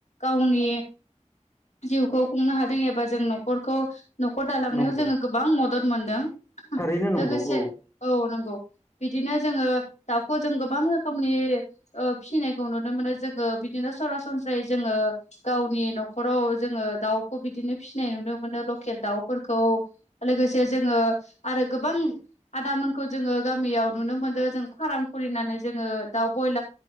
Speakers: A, on the left; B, on the left.
A: गावनि जिउखौ खुंनो हादों एबा जों न'खरखौ न'खर दालांनायाव
B: नंगौ
A: जोङो गोबां मदद मोनदों।
B: थारैनो नंगौ
A: लोगोसे
B: औ
A: औ नंगौ बिदिनो जोङो दाउखौ जों गोबां रोखोमनि फिसिनायखौ नुनो मोनो जोङो बिदिनो सरासनस्रायै जोङो गावनि न'खराव जोङो दाउखो बिनो फसिनाय नुनोेमोनो रखेल दाउ फोरखौ लोगोसे जोंङो आरो गो गोबां आदामोनखौ जोङो गामियाव नुनो मोनो जों फाराम खुलिनानै जोङो दाउ बयलार गोबां